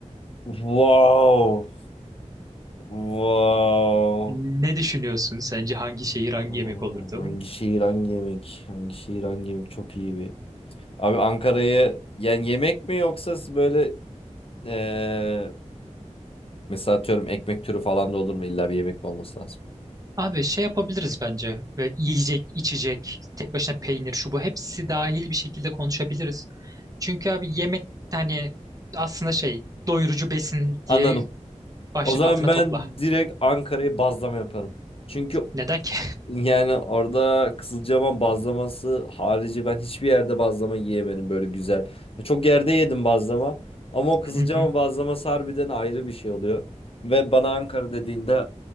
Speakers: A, on the left; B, on the right.
A: Wow. Wow.
B: Ne düşünüyorsun? Sence hangi şehir hangi
A: Hmm,
B: yemek olurdu?
A: hangi şehir hangi yemek? Hangi şehir hangi yemek? Çok iyi bir. Abi Ankara'yı yani yemek mi yoksa böyle eee mesela atıyorum ekmek türü falan da olur mu? İlla bir yemek mi olması lazım?
B: Abi şey yapabiliriz bence. Ve yiyecek, içecek, tek başına peynir, şu bu hepsi dahil bir şekilde konuşabiliriz. Çünkü abi yemek hani aslında şey doyurucu besin
A: Anladım.
B: diye başlık
A: O zaman
B: altına
A: ben
B: topla.
A: direkt Ankara'yı bazlama yaparım. Çünkü
B: Neden ki?
A: Yani orada Kızılcahamam bazlaması harici ben hiçbir yerde bazlama yiyemedim böyle güzel. Çok yerde yedim bazlama ama o
B: <laughs>
A: Kızılcahamam
B: Hı hı.
A: bazlaması harbiden ayrı bir şey oluyor. Ve bana Ankara dediğinde